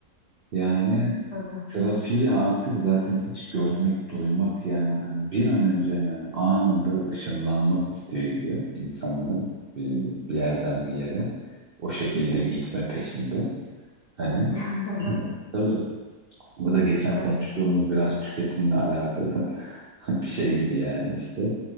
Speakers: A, on the right; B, on the left.
A: Yani
B: tabii.
A: trafiği artık zaten hiç görmek, duymak yani hani bir an önce yani anında ışınlanmak istiyor gibi insanlar e, bir yerden bir yere o şekilde gitme peşinde. Hani
B: <laughs>
A: <clears throat> tabii. Bu da geçen
B: Evet,
A: konuştuğumuz biraz tüketimle alakalı <laughs> bir şey gibi yani işte.